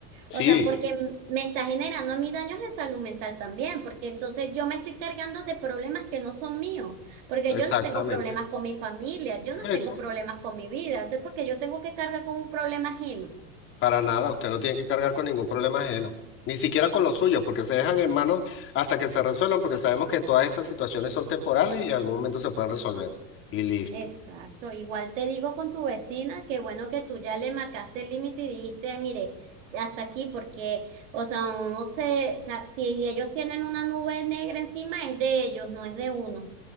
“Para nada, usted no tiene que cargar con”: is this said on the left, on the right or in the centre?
Left